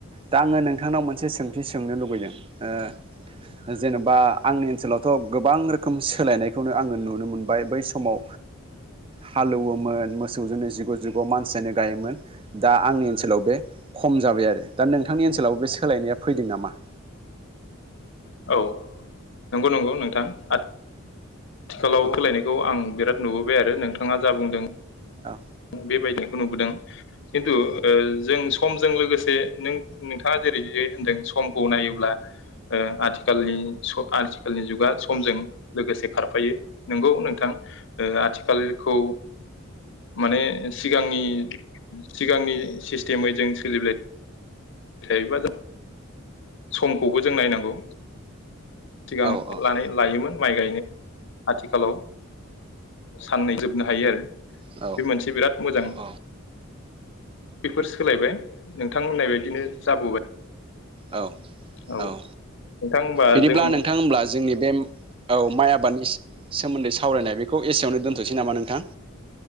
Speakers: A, on the right; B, on the left.
A: दा आङो नोंथांनाव मोनसे सोंथि सोंनो लुबैदों ओ। जेनेबा आंनि ओनसोलाव थ' गोबां रोखोम सोलायनायखौनो आङो नुनो मोनबाय बै समाव हालौ एवोमोन। मोसौजोंनो जिग जिग' मानसियानो गायोमोन दा आंनि ओनसोलाव बे खम जाबाय आरो दा नोंथांनि ओनसोलाव बे सोलायनाया फैदों नामा?
B: औ नंगौ नंगौ नोंथां आ आथिखालाव
A: औ
B: होलायनायखौ आं बिराद नुबोबाय आरो नोंथाङा जा बुंदों।
A: औ।
B: बेबायदिखौ नुबोदों खिन्थु जों समजों लोगोसे नों नोंथाङा जेरै ज होनदों समखौ नायोब्ला आथिखाल खालनि आथिखालनि जुगा समजों लोगोसे खारफायो नंगौ नोंथां। ओ आथिखालखौ माने सिगांनि सिगांनि सिस्टेमै जों सोलिबा थायोबा जों समखौबो जों नायनांगौ सिगां
A: औ
B: ल लायोमोन माइ गायनो आथिखालाव साननै जोबनो हायो आरो।
A: औ
B: बे मोनसे बिराद मोजां
A: औ
B: बेफोर सोलायबाय नोंथांमोननाय बायदिनो जाबोबाय।
A: औ-औ
B: औ नोंथां होमबा
A: बिदिब्ला
B: जों
A: नोंथां होनब्ला जोंनि बे औ माइ आबादनि सोमोन्दै सावरायनाय बेखौ एसेयावनो दोनथ'नोसै नामा नोंथां।